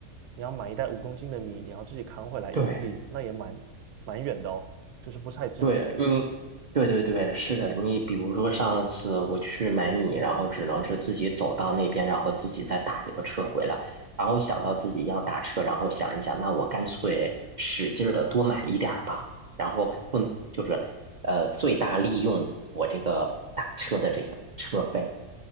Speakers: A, on the right; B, on the right.
A: 你要买一袋五公斤的米，你要自己扛回来一公里，
B: 对。
A: 那也蛮蛮远的哦，就是不是太近。
B: 对你，对对对，是的。你比如说上次我去买米，然后只能是自己走到那边，然后自己再打一个车回来。然后想到自己要打车，然后想一想，那我干脆使劲的多买一点儿吧。然后不就是呃最大利用我这个打车的这个车费。